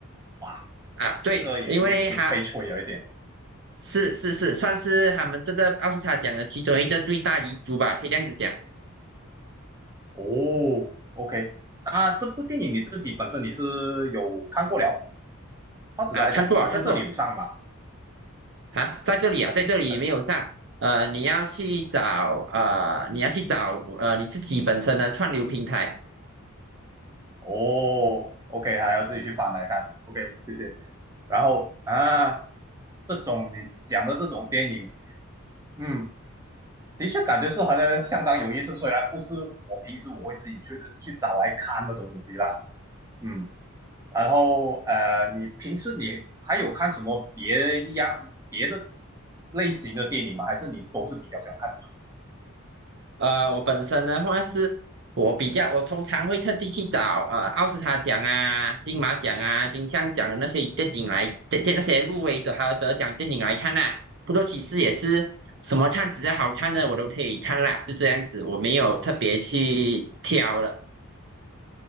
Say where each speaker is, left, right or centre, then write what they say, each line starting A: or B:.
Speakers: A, on the right (about 15°); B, on the right (about 55°).
A: 哇，
B: 啊，对，
A: 这个也有点是悲催，
B: 因为他
A: 有一点。
B: 是是是算是他们这个奥斯卡奖的其中一个最大遗珠吧，可以这样子讲
A: 哦，OK，那这部电影你自己本身你是有看过了，或者来讲它在这里有上吧？
B: 啊，看过了看过了啊，在这里啊，在这里没有上。
A: 嗯，呃
B: 呃，你要去找呃，你要去找呃你自己本身的串流平台。
A: 哦，OK，还要自己去翻来看，OK，谢谢。然后啊，这种你讲的这种电影，嗯，的确感觉是好像相当有意思，虽然不是我平时我会自己去去找来看的东西啦，嗯。然后呃，你平时你还有看什么别一样别的类型的电影吗？还是你都是比较喜欢看这种？
B: 呃，我本身的话是，我比较，我通常会特地去找呃奥斯卡奖啊、金马奖啊、金像奖的那些电影来，电电那些入围的还有得奖电影来看啦、不过其实也是什么看只要好看的我都可以看啦，就这样子，我没有特别去挑了。